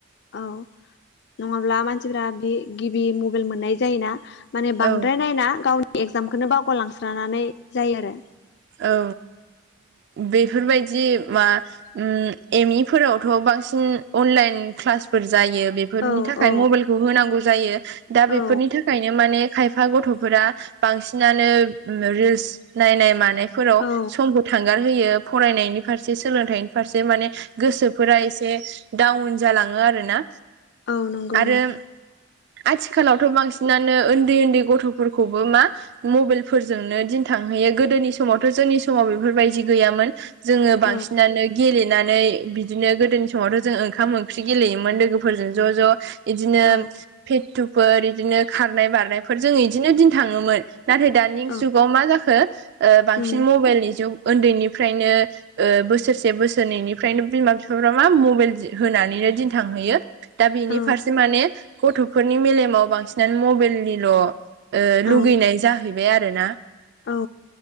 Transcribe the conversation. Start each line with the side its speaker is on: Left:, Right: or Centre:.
Left: औ नङाब्ला मानसिफ्रा बे गिबि मबाइल मोननाय जायोना। माने
Right: औ
Left: बांद्राय नायना गावनि एगजामखौनो बावगारलांस्रनानै जायो आरो
Right: औ बेफोरबायदि मा ओम एम इ फोरावथ' बांसिन अनलाइन क्लास जायो बेफोरनि
Left: औ
Right: थाखाय
Left: औ
Right: मबाइलखौ होनांगौ जायो दा बेफोरनि
Left: औ
Right: थाखायनो मा मे खायफा गथ'फोरा बांसिनानो रिल्स नायनाय मानाय बेफोराव
Left: औ
Right: समखौ थांगार होयो फरायनायनि फारसे सोलोंथाइनि फारसे माने गोसोफोरा एसे डाउन जालाङो आरो ना
Left: औ नंगौ
Right: आरो
Left: नोंथां
Right: आथिखालावथ' बांसिनानो उन्दै उन्दै गथ'फोरखौबो मा मबाइलफोरजोंनो दिन थांहैयो गोदोनि स समावथ' जोंनि समाव बेफोरबायदि गैयामोन जोङो बांसिनानो
Left: औ
Right: गेलेनानै बिदिनो गोदोनि समावथ' जों ओंखाम ओंख्रि गेलेयोमोन लोगोफोरजों ज' ज' इदिनो
Left: औ
Right: फेटुफोर बिदिनो खारनाय बारनायफोर जों इदिनो दिन थाङोमोन। नाथाय दानि
Left: औ
Right: जुगाव मा जाखो ओ बांसिन
Left: उम
Right: मबाइलनि जुग उन्दैनिफ्रायनो बोसोरसे बोसोरनैनिफ्रायनो बिमा बिफाफ्रा मा मबाइल होनानैनो दिन थांहैयो। दा बेनि
Left: औ
Right: फारसे माने गथ'फोरनि मेलेमाव बांसिनानो मबाइलनिल' लुगैनाय
Left: औ
Right: जाहैबाय आरो ना
Left: औ।